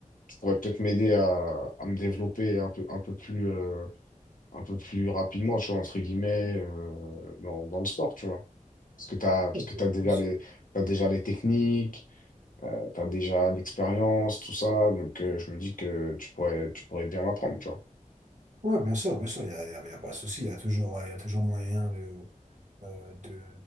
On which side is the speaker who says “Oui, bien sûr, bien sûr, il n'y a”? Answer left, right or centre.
Right